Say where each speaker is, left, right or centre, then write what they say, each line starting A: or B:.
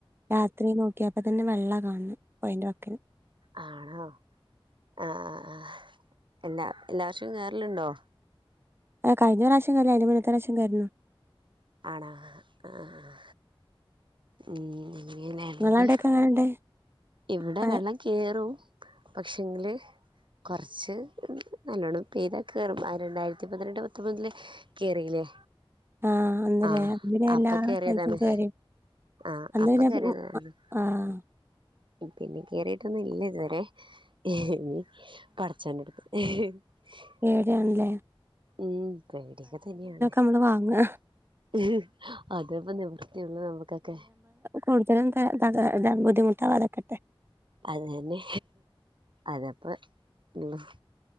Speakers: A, on the right (about 25°); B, on the right (about 60°).
A: രാത്രി നോക്ക്യാപ്പതന്നെ വെള്ളാ കാണ് ണത് പൊഴന്റെവക്ക്
B: ആണോ ആ അഹ് എല്ലാവർഷോം കേറലുണ്ടൊ
A: ആ കയ്ഞ്ഞറാശ്യം കേറി അയ്‌ന്റെ മുന്നത്തറാശ്യാം കേറിനി
B: ആണോ ആഹ് ഉം ഇങ്ങനാള്ളത്
A: നിങ്ങളെ അവിടെയൊക്കെ എങ്ങനെണ്ട്
B: ഇവടെ
A: മഴ
B: വെള്ളം കേറും പക്ഷെങ്കില് കൊറച്ച് നല്ലോണ്ണംപെയ്തക്കേറും രണ്ടായിരത്തി പതിനെട്ട് പത്തൊമ്പതില് കേറിലെ
A: ആഹ് അന്ന്ലേ
B: ആഹ്
A: അന്ന് പിന്നെ
B: അപ്പകേറീതാണ്
A: എല്ലാ സ്ഥലത്തും കേറി
B: ആഹ്
A: അന്ന്
B: അപ്പ
A: പിന്നെ
B: കേറീതാണ്
A: ഉം ആഹ്
B: പിന്നെ കേറീട്ടൊന്നില്ല ഇത് വരെ ഇനി പടചോന്റെട്ത്ത് ആ
A: പേടിയാണ്ലെ
B: ഉം പേടിയൊക്കെ തന്നെയാണ്
A: നമ്മള് വാങ്ങാ
B: ഉം അതെപ്പൊ നിവൃത്തിയൊള്ളൂ നമ്മക്കൊക്കെ
A: കൂടുതൽ എന്താ ഇത് ബുദ്ധിമുട്ടാവാതിരിക്കട്ടെ
B: അതന്നെ അതപ്പ ഉം